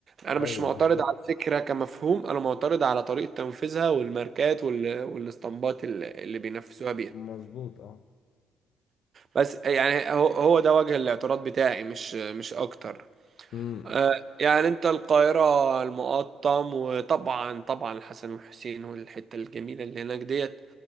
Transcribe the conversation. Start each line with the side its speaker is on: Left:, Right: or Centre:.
Right: انا
Left: ايوه
Right: مش معترض
Left: بالظبط
Right: على الفكرة كمفهوم انا معترض على طريقة تنفيذها والماركات وال- والاسطمبات اللي اللي بينفذوها بيها
Left: مظبوط اه
Right: بس يعني هو هو ده وجه الاعتراض بتاعي مش مش اكتر
Left: امم
Right: آه، يعني انت القاهرة المقطم وطبعا طبعا الحسن والحسين والحتة الجميلة اللي هناك ديت